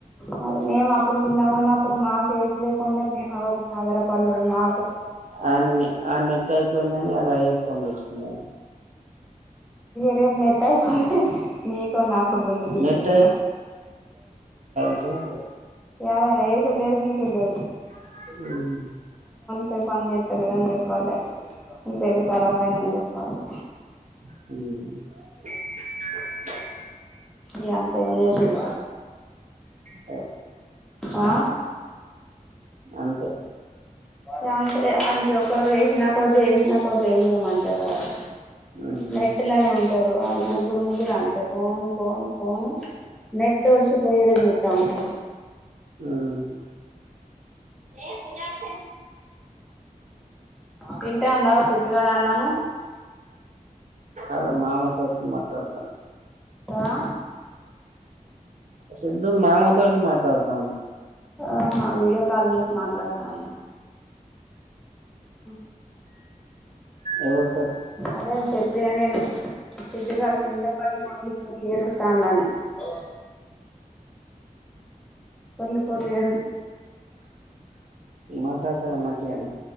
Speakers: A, in the centre; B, on the right.
A: మరి మేము అప్పుడు చిన్నగా ఉన్నప్పుడు మాకు ఏది లేకుండే మేము ఎవరి మీద ఆదార పడలేదు మా
B: ఆనిని ఆ నెట్ అయిపోయిందని అలా అయ్య ఫోన్ తెచ్చుకున్నాడు
A: రేప్ నెట్ నీకు నాకు గుండు గీకుతాడు
B: నెట్
A: ఇగ
B: జాంపేట
A: ఏవైన ఏసుడు లేదు దీసుడు లేదు
B: మ్
A: రేప పన్ చేత్తలేదని చెప్పాలి సెల్లు ఖరాబ్ అయిదని చెప్పాలి
B: మ్
A: ఈ అంత ఎంజాయ్ చెడి
B: అ
A: ఆ...
B: అంతే
A: గంతే ఆయనికి ఒకరోజు ఎసినా కొద్ది ఎసినా కొద్ది ఎయ్యమంటాడు ఆడు
B: ఉమ్
A: నెట్ లోనే ఉంటారు వాళ్ళు ముగ్గురు ముగ్గురు అంతే phone phone phone net verse పోయేదే జూత్త ఉంటారు
B: మ్ ఏ పస
A: తింటాండ సిద్దుగాడు అన్నము
B: ఆల మామ మాట్లడ్తుంది మాట్లడ్తాండు
A: రా
B: సిధూ మామ తోటి మాట్లడ్తాండు
A: ఆహా వీడియో కాల్ చేసి మాట్లాడతాండ అ
B: ఎవర్
A: అదే చెప్పిన నేను సిద్దుగాడు కిందపడి పోయి ఏడుస్తాండని అ పొర్లి పొర్లి ఎడు
B: మాట్లడత మధ్యాహ్నం